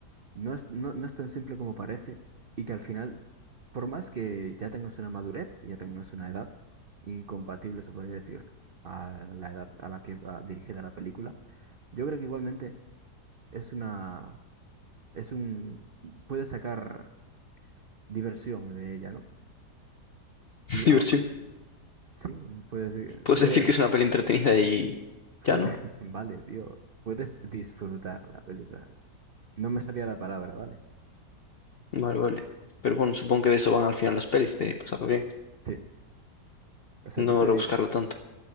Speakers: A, on the right (about 65°); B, on the left (about 60°).
A: no es, no, no es tan simple como parece y que al final, por más que ya tengas una madurez, ya tengas una edad incompatible, se podría decir, a la edad a la que va dirigida la película, yo creo que igualmente es una, es un, puedes sacar diversión de ella, ¿no?
B: <laughs>
A: Y,
B: Diversión.
A: ah, sí, puedes,
B: Puedes
A: puedes,
B: decir que es una peli entretenida y ya,
A: puedes,
B: ¿no?
A: <laughs> vale, tío, puedes disfrutar la película. No me salía la palabra, ¿vale?
B: Vale, vale. Pero bueno, supongo que de eso van al final las pelis, de pasarlo bien,
A: Sí, o sea,
B: no
A: yo te
B: rebuscarlo
A: digo.
B: tanto.